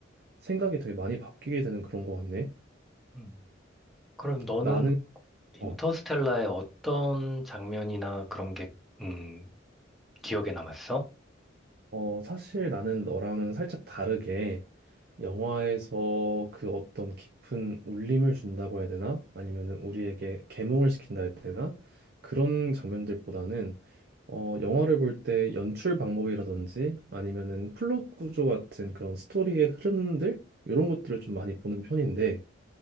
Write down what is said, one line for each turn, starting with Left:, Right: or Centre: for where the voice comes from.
Right: 생각이 되게 많이 바뀌게 되는 그런 것 같네.
Centre: 음. 그럼 너는
Right: 나는
Centre: 인터스텔라의
Right: 어,
Centre: 어떤 장면이나 그런 게 음, 기억에 남았어?
Right: 어, 사실 나는 너랑은 살짝 다르게 영화에서 그 어떤 깊은 울림을 준다고 해야 되나? 아니면은 우리에게 계몽을 시킨다 해야 되나? 그런 장면들보다는 어, 영화를 볼 때 연출 방법이라든지 아니면은 플롯 구조 같은 그런 스토리의 흐름들 이런 것들을 좀 많이 보는 편인데